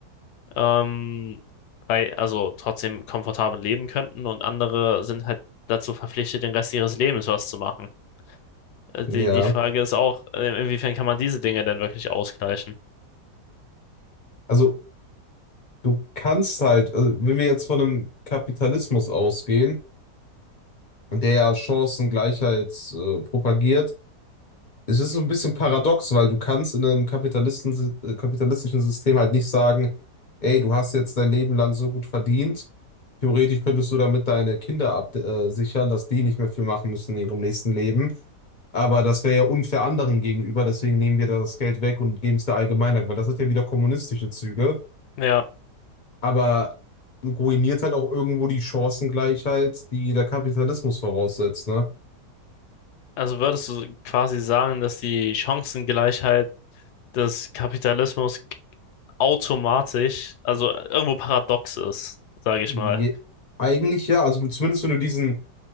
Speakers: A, on the left; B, on the left.
A: ähm, bei, also trotzdem komfortabel leben könnten und andere sind halt dazu verpflichtet, den Rest ihres Lebens was zu machen. Äh, Die,
B: Ja.
A: die Frage ist auch, äh, inwiefern kann man diese Dinge denn wirklich ausgleichen?
B: Also du kannst halt, also wenn wir jetzt von einem Kapitalismus ausgehen, der ja Chancengleichheit äh, propagiert, es ist so ein bisschen paradox, weil du kannst in einem Kapitalisten, äh, kapitalistischen System halt nicht sagen, ey, du hast jetzt dein Leben lang so gut verdient. Theoretisch könntest du damit deine Kinder ab äh, sichern, dass die nicht mehr viel machen müssen in ihrem nächsten Leben. Aber das wäre ja unfair anderen gegenüber, deswegen nehmen wir da das Geld weg und geben es der Allgemeinheit, weil das hat ja wieder kommunistische Züge,
A: Ja,
B: aber ruiniert halt auch irgendwo die Chancengleichheit, die der Kapitalismus voraussetzt, ne?
A: Also würdest du quasi sagen, dass die Chancengleichheit des Kapitalismus automatisch, also irgendwo paradox ist, sage ich
B: Je,
A: mal.
B: eigentlich ja, also zumindest wenn du diesen